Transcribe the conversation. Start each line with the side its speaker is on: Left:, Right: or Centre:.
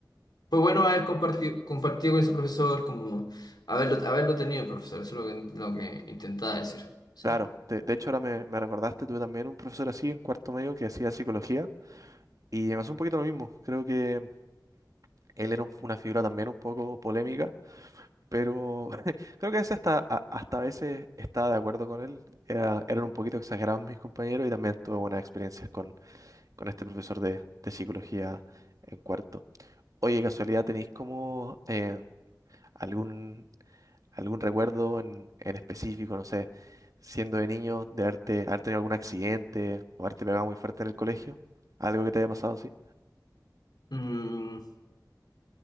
Left: fue bueno haber compartido, compartido con ese profesor, como haberlo, haberlo tenido, profesor, eso es lo que, lo que intentaba decir. Sí.
Right: Claro, de, de hecho ahora me, me recordaste, tuve también un profesor así en cuarto medio que hacía psicología y me pasó un poquito lo mismo. Creo que él era un- una figura también un poco polémica Pero <laughs> creo que ese hasta, a- hasta a veces estaba de acuerdo con él. Era- eran un poquito exagerados mis compañeros y también tuve buenas experiencias con, con este profesor de, de psicología en cuarto. Oye, casualidad, ¿tenéis como eh, algún, algún recuerdo en, en específico, no sé, siendo de niño, de haberte, haber tenido algún accidente o haberte pegado muy fuerte en el colegio? ¿Algo que te haya pasado así?
Left: Mm,